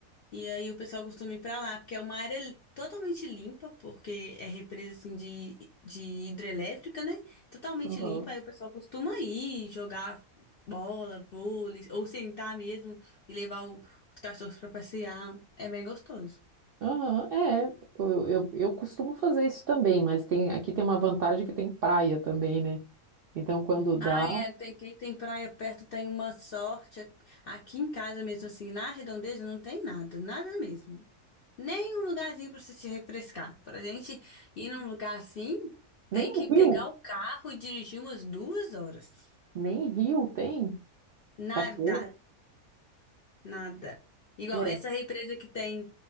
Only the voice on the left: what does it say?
E aí o pessoal costuma ir pra lá, porque é uma área li- totalmente limpa, porque é represa assim de, de hidrelétrica, né? Totalmente
limpa, aí o pessoal costuma ir jogar bola, vôlei, ou sentar mesmo e levar o- os cachorros pra passear. É bem gostoso.
Ah, é, tem, quem tem praia perto tem uma sorte. Aqui em casa mesmo, assim, na redondeza não tem nada, nada mesmo. Nem um lugarzinho pra você se refrescar. Pra gente ir num lugar assim,
tem que
pegar
o carro e dirigir umas duas horas.
Nada,
nada. Igual
essa represa que tem